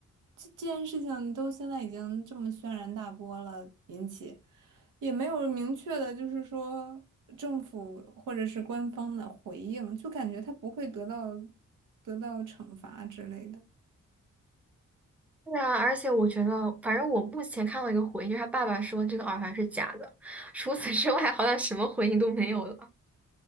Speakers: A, on the right (about 85°); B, in the centre.
A: 这这件事情都现在已经这么轩然大波了，引起也没有明确的，就是说政府或者是官方的回应，就感觉他不会得到得到惩罚之类的。
B: 对啊，而且我觉得，反正我目前看到一个回应，就是他爸爸说这个耳环是假的，除此之外，好像什么回应都没有了。